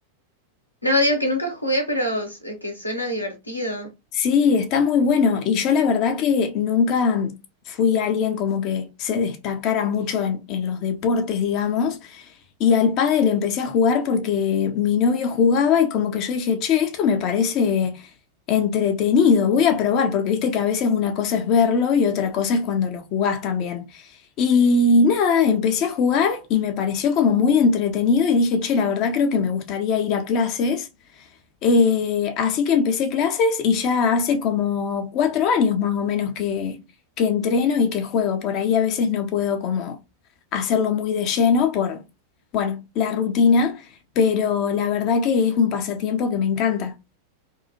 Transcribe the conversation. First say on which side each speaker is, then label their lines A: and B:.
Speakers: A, on the left; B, on the left.
A: No, digo que nunca jugué, pero s- eh, que suena divertido.
B: Sí, está muy bueno. Y yo la verdad que nunca fui alguien como que se destacara mucho en, en los deportes, digamos. Y al pádel empecé a jugar porque mi novio jugaba y como que yo dije, che, esto me parece entretenido, voy a probar, porque viste que a veces una cosa es verlo y otra cosa es cuando lo jugás también. Y nada, empecé a jugar y me pareció como muy entretenido y dije, che, la verdad creo que me gustaría ir a clases. Eh, así que empecé clases y ya hace como cuatro años más o menos que, que entreno y que juego. Por ahí a veces no puedo como hacerlo muy de lleno por, bueno, la rutina, pero la verdad que es un pasatiempo que me encanta.